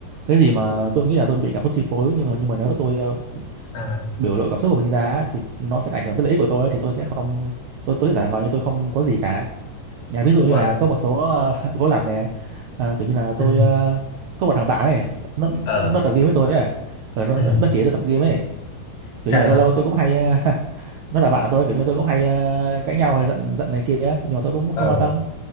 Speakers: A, on the right (about 65°); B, on the left (about 55°).
A: cái gì mà tôi nghĩ là tôi bị cảm xúc chi phối nhưng mà nhưng mà nếu tôi ờ,
B: à,
A: biểu lộ cảm xúc của mình ra á, thì nó sẽ ảnh hưởng tới lợi ích của tôi ấy, thì tôi sẽ không tôi tôi sẽ giả vờ như tôi không có gì cả nhà ví dụ
B: đúng
A: như
B: rồi
A: là có một số ờ, <laughs> gỗ lặn này ờ, kiểu như là tôi
B: ừ
A: ờ, có một thằng bạn này nó
B: ờ
A: nó tập game với tôi ấy Ờ, nó
B: ừ
A: nó nó chỉ tôi tập game ấy kiểu
B: sao
A: như là
B: nữa
A: lâu lâu tôi cũng hay ờ, <laughs> nó là bạn tôi kiểu như tôi cũng hay ờ, cãi nhau hay giận giận này kia ấy. nhưng mà tôi cũng không
B: ờ
A: quan tâm